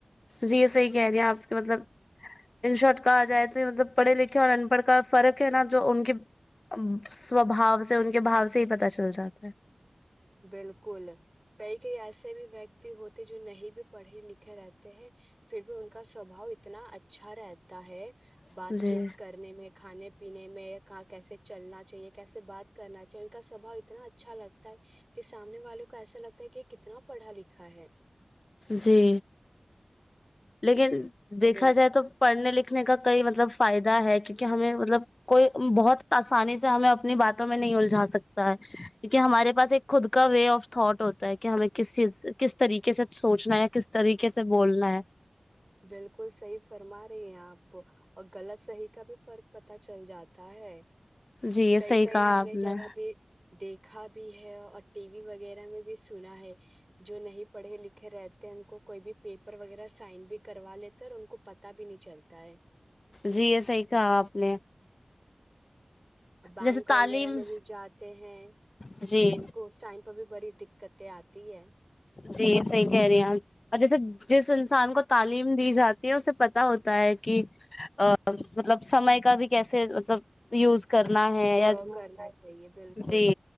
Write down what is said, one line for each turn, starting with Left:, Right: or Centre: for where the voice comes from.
Left: جی یہ صحیح کہہ رہی ہیں آپ کے مطلب ان شارٹ کہا جائے تو مطلب پڑھے لکھے اور ان پڑھ کا فرق ہے نا جو ان کے سوبا سے ان کے کے بھا سے ہی پتا چل جاتا ہے
Right: بالکل کئی کئی ایسے بھی ویکتی ہوتے جو نہیں بھی پڑھی لکھ گھر آتے ہیں پھر بھی ان کا سوبا اتنا اچھا رہتا ہے
Left: ہے
Right: بات
Left: جی
Right: چیت کرنے میں کھانے پینے میں کہاں کیسے چلنا چاہیے کیسے بات کرنا چاہیے ان کا سوبھؤ اتنا اچھا لگتا ہے کہ سامنے والوں کو ایسا لگتا ہے کہ کتنا پڑھا لکھا ہے
Left: جی لیکن دیکھا
Right: بال
Left: جائے تو پڑھنے لکھنے کا کئی مطلب فائدہ ہے کیونکہ ہمیں مطلب کوئی بہت آسانی سے ہمیں اپنی باتوں میں نہیں الجھا سکتا ہے کیونکہ ہمارے پاس ایک خود کا وے آف تھاٹ ہوتا ہے کہ ہمیں کس چیز کس طریقے سے سوچنا ہے یا کس طریقے سے بولنا ہے
Right: بالکل صحی فرما رہی ہیں آپ اور غلط صحیح کا بھی فرق پتا پ چل جاتا ہے
Left: جی یہ
Right: کئی
Left: صحیح
Right: کئی
Left: کہا
Right: ہمیں
Left: آپ
Right: جگہ
Left: نے
Right: بھی دیکھا بھی ہے اور ٹی وی وغیرہ میں بھی سنا ہے جو نہیں پڑھے لکھے رہتے ان کو کوئی بھی پیپر وغیرہ سائن بھی کروا لیتے اور ان کو پتا بھی نہیں چلتا ہے
Left: جی یہ صحیح کہا آپ نے
Right: ا <inaudible> بینک
Left: جیسے تعلیم
Right: وغیرہ میں بھی جاتے ہیں
Left: جی
Right: تو ان کو اس ٹائم پہ بھی بڑی د کتے آتی ہے
Left: جی صحیح کہہ رہی ہیں اور جیسے جس انسان کو تعلیم دی جاتی ہے اسے پتا ہوتا ہے کہ مطلب سمے کا بھی کیسے مطلب یوز کرنا ہے
Right: پیور
Left: یا
Right: کرنا چاہیے بالکل
Left: جی